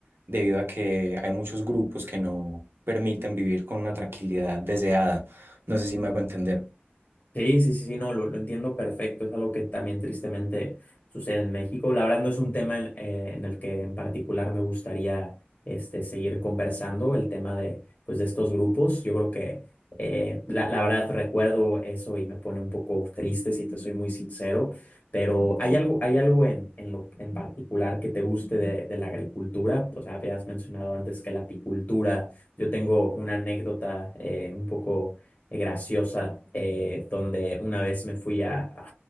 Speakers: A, on the right (about 70°); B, on the left (about 45°).
A: debido a que hay muchos grupos que no permiten vivir con una tranquilidad deseada. No sé si me hago entender.
B: Sí, sí, sí, sí, no, lo, lo entiendo perfecto. Es algo que también tristemente sucede en México. La verdad no es un tema en, eh, en el que en particular me gustaría este, seguir conversando, el tema de, pues, de estos grupos. Yo creo que eh, la, la verdad recuerdo eso y me pone un poco triste, si te soy muy sincero, pero ¿hay algo, hay algo en, en lo, en particular que te guste de, de la agricultura? O sea, habías mencionado antes que la apicultura. Yo tengo una anécdota eh, un poco eh, graciosa, eh, donde una vez me fui a, <laughs> a-